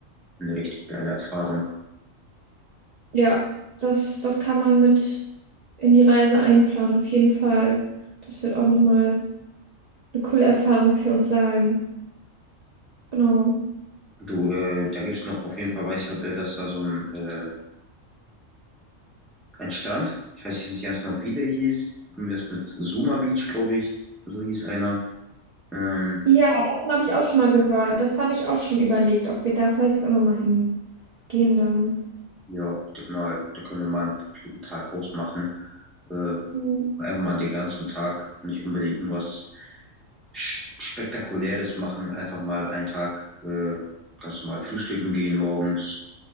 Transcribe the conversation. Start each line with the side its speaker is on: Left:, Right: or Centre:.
Centre: eine richtig geile Erfahrung.
Right: Ja, das, das kann man mit. in die Reise einplanen, auf jeden Fall. Das wird auch nochmal eine coole Erfahrung für uns sein. Genau.
Centre: Du, äh, da gibt's noch auf jeden Fall, weiß ich, äh, dass da so ein, äh, ein Strand, ich weiß jetzt nicht ganz genau, wie der hieß, irgendwas mit Zuma Beach, glaube ich, so hieß einer. Ähm,
Right: Ja, davon habe ich auch schon mal gehört. Das habe ich auch schon überlegt, ob wir da vielleicht auch nochmal hingehen dann.
Centre: ja, ich denke mal, da können wir mal einen P- Tag ausmachen. Äh,
Right: Mhm.
Centre: Einfach mal den ganzen Tag nicht unbedingt irgendwas Sch- Spektakuläres machen. Einfach mal einen Tag äh, ganz normal frühstücken gehen morgens.